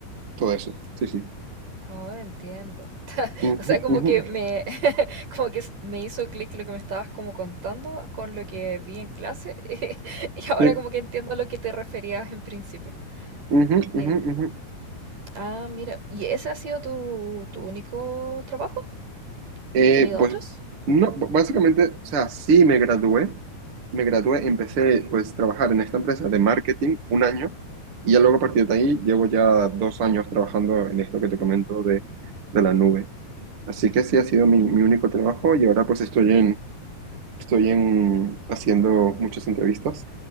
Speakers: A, on the right; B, on the right.
A: todo eso. Sí, sí.
B: Ahora entiendo.
A: Ujú,
B: O sea, como
A: ujú.
B: que me, <laughs> como que s- me hizo clic lo que me estabas como contando con lo que vi en clase <laughs> y ahora
A: Sí.
B: como que entiendo a lo que te referías en principio.
A: Ujú,
B: Eh,
A: ujú, ujú.
B: ah, mira, ¿y ese ha sido tu, tu único trabajo?
A: Eh,
B: ¿Has tenido
A: pues,
B: otros?
A: no, b- básicamente, o sea, sí me gradué. Me gradué, empecé pues a trabajar en esta empresa de marketing un año y ya luego a partir de ahí llevo ya dos años trabajando en esto que te comento de, de la nube. Así que sí ha sido mi, mi único trabajo y ahora pues estoy en, Estoy en, haciendo muchas entrevistas.